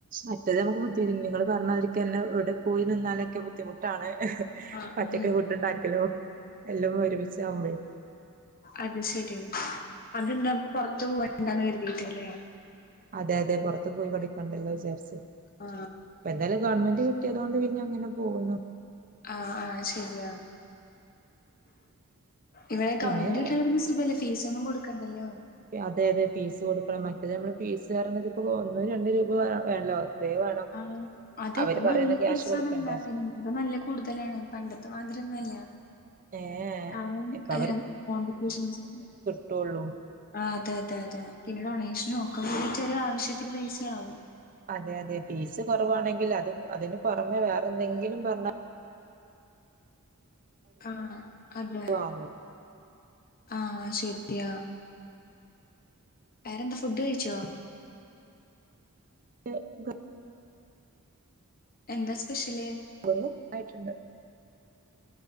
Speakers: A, on the right; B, on the left.
A: മറ്റേത് നമുക്ക് ബുദ്ധി <unintelligible> നിങ്ങൾ പറഞ്ഞതിരിക്കന്നെ ഇവിടെ പോയി നിന്നാലൊക്കെ ബുദ്ധിമുട്ടാണ്
B: ആ
A: ഒറ്റക്
B: ഉം.
A: ഫുട് ണ്ടാക്കലോ എല്ലാം ഒരുമിച്ച് ആവുമ്പോളെ
B: അത് ശെരി അതന്ത പുറത്ത് പോണ്ടാന്ന് കരുതിയിട്ടല്ലേ
A: അതെ അതെ പുറത്ത് പോയി പഠിക്കണ്ടല്ലോ വിചാരിച്ച്
B: ആ
A: ഇപ്പ എന്തായാലും ഗവൺമെന്റ്കി ട്ടിയതുകൊണ്ട് പിന്നെ അങ്ങനെ പോകുന്നു
B: ആഹ് ആഹ് ശരിയാ ഇവിടെ ഗവൺമെന്റി
A: പിന്നെ
B: കിട്ട്യാ പിന്നേ സുഖല്ലേ ഫീസൊന്നും കൊടുക്കണ്ടല്ലോ
A: അതെ അതെ ഫീസ് കൊടുക്കണം മറ്റേ നമ്മള് ഫീസ് പറയണത് ഇപ്പോ ഒന്നു രണ്ട് രൂപ വേ വേണല്ലോ വേണം
B: ആഹ് അതെ
A: അവര്
B: ഇപ്പ നല്ല
A: പറയുന്ന
B: ഫീസാണ്
A: ക്യാഷ് കൊടുക്കണ്ടേ
B: എല്ലാത്തിനും ഇപ്പ നല്ല കൂടുതലാണ് പണ്ടത്തെ മാതിരിയൊന്ന് അല്ല
A: ഏ
B: കാരണം
A: ഇപ്പൊ
B: എം <unintelligible>
A: ട്ടൊള്ളു
B: ആഹ് അതെ അതെ അതെ പിന്നെ ഡൊണേഷനും ഒക്കെ പോയിട്ട് ഒരു ആവശ്യത്തിന് പൈസയാവും
A: അതെ അതെ ഫീസ് കുറവാണെങ്കിൽ അത് അതിന് പുറമെ വേറെ എന്തെങ്കിലും പറഞ്ഞാ
B: ആഹ് അതെ
A: വാങ്ങും
B: ആഹ് ശെരിയാ വേറെന്താ ഫുഡ് കഴിച്ചോ
A: <unintelligible>
B: എന്താ സ്പെഷ്യല്
A: ഒന്നും ആയിട്ടുണ്ട്